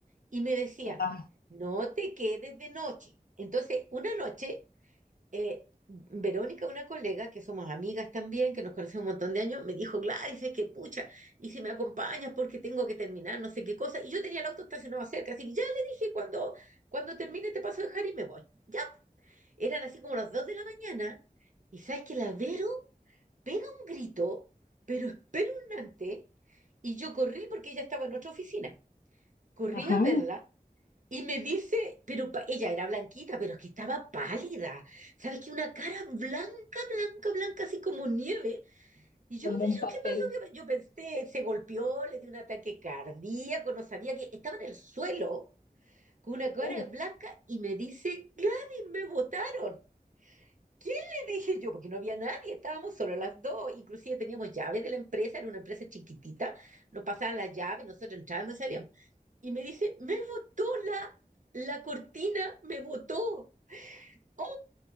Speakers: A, on the right; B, on the left.
A: y me decían,
B: Ajá,
A: no te quedes de noche. Entonces, una noche, eh, Verónica, una colega, que somos amigas también, que nos conocemos un montón de años, me dijo, Gladys, es que pucha, y si me acompañas porque tengo que terminar, no sé qué cosa, y yo tenía el auto estacionado cerca, así que ya le dije, cuando, cuando termine te paso a dejar y me voy. Ya, eran así como las dos de la mañana, y sabes que la Vero pega un grito, pero espeluznante, y yo corrí porque ella estaba en otra oficina. Corrí
B: ajá,
A: a verla y me dice, pero pa- ella era blanquita, pero es que estaba pálida. ¿Sabes qué? Una cara blanca, blanca, blanca, así como nieve. Y yo,
B: como
A: pero
B: un papel.
A: ¿qué pasó? ¿Qué pasó? Yo pensé, se golpeó, le dio un ataque cardíaco, no sabía que estaba en el suelo con una cara
B: Oh.
A: blanca y me dice, Gladys, me botaron. ¿Quién le dije yo? Porque no había nadie, estábamos solo las dos, inclusive teníamos llaves de la empresa, era una empresa chiquitita, nos pasaban las llaves, nosotros entrábamos y salíamos. Y me dice, me botó la, la cortina, me botó. ¡Oh!